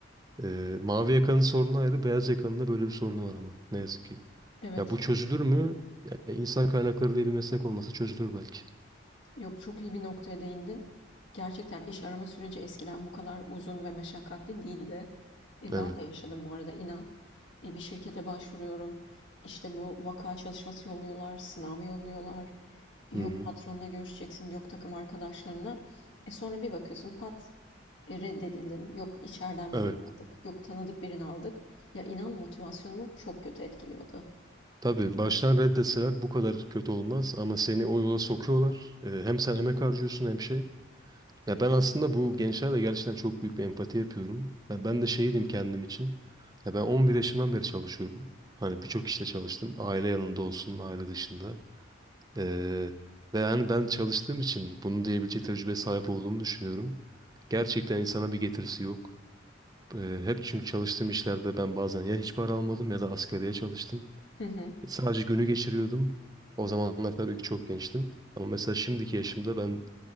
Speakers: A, on the right; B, on the left.
A: Ee, mavi yakanın sorunu ayrı, beyaz yakanın da böyle bir sorunu var ama ne yazık ki.
B: Evet.
A: Ya bu çözülür mü? Ya, insan kaynakları diye bir meslek olmasa çözülür belki.
B: Yok çok iyi bir noktaya değindin. Gerçekten iş arama süreci eskiden bu kadar uzun ve meşakkatli değildi. E,
A: Evet.
B: ben de yaşadım bu arada inan. E, bir şirkete başvuruyorum. İşte bu vaka çalışması yolluyorlar, sınavı yolluyorlar. Yok
A: Hı hı.
B: patronla görüşeceksin, yok takım arkadaşlarına. E sonra bir bakıyorsun pat e, reddedildin. Yok içeriden
A: Evet.
B: birini aldık, yok tanıdık birini aldık. Ya inan motivasyonumu çok kötü etkiliyordu.
A: Tabii baştan reddeseler bu kadar kötü olmaz ama seni o yola sokuyorlar. Ee, hem sen emek harcıyorsun hem şey. Ya ben aslında bu gençlerle gerçekten çok büyük bir empati yapıyorum. Ya ben de şey diyeyim kendim için. Ya ben 11 yaşımdan beri çalışıyorum. Hani birçok işte çalıştım. Aile yanında olsun, aile dışında. Ee, ve yani ben çalıştığım için bunu diyebilecek tecrübe sahip olduğumu düşünüyorum. Gerçekten insana bir getirisi yok. Ee, hep çünkü çalıştığım işlerde ben bazen ya hiç para almadım ya da asgariye çalıştım.
B: <laughs>
A: Sadece günü geçiriyordum. O zamanlar tabii ki çok gençtim. Ama mesela şimdiki yaşımda ben